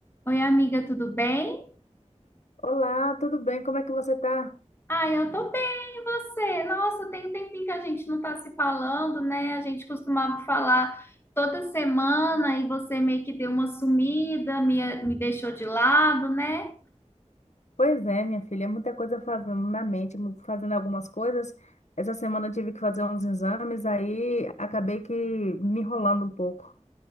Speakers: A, on the left (about 20°); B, on the left (about 70°).
A: Oi, amiga, tudo bem?
B: Olá, tudo bem? Como é que você tá?
A: Ah, eu tô bem, e você? Nossa, tem um tempinho que a gente não tá se falando, né? A gente costumava falar toda semana e você meio que deu uma sumida, me, me deixou de lado, né?
B: Pois é, minha filha, é muita coisa fazendo na mente, mu- fazendo algumas coisas. Essa semana eu tive que fazer uns exames, aí acabei que me enrolando um pouco.